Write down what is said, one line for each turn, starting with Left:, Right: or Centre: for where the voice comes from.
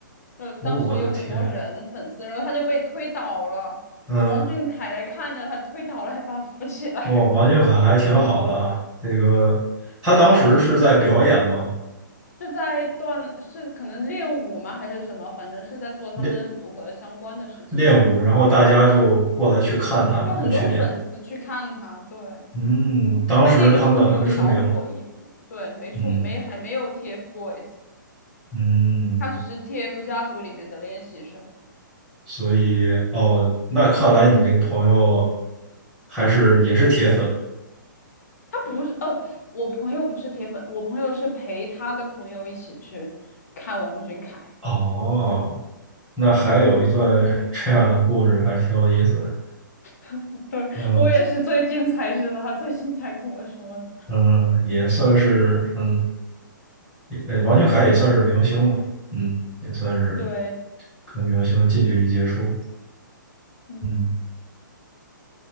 Left: 然后当时有很多人粉丝，
Centre: 我的天，
Left: 然后他就被推倒了，
Centre: 嗯。
Left: 然后王俊凯来看着他推倒了，还把他扶起来。
Centre: 哇，王俊凯还挺好的啊。
Left: <laughs>
Centre: 这个他当时是在表演嘛，
Left: 小时是在锻，是可能练舞吗？还是什么？反正是在做他们组合相关的事情，
Centre: 练练舞，然后大家就过来去看他们去练舞
Left: 就很多粉丝去看他，对，
Centre: 嗯，当时他们还没出名。
Left: 他那个时候就有小火一笔，对，没出没还没有
Centre: 嗯
Left: TFBOYS，
Centre: 嗯，
Left: 他只是 TF 家族里面的练习生，
Centre: 所以哦，那看来你那个朋友还是也是铁粉
Left: 他不是，哦，我朋友不是铁粉，我朋友是陪他的朋友一起去看王俊凯，
Centre: 哦。那还有一段 <laughs> 这样的故事，还挺有意思的。
Left: <laughs> 对，
Centre: 嗯
Left: 我也是最近才知道，他最近才跟我说的，
Centre: 嗯，也算是嗯。呃，王俊凯也算是明星嘛，嗯，也算是
Left: 对，
Centre: 跟明星近距离接触，
Left: 嗯，
Centre: 嗯，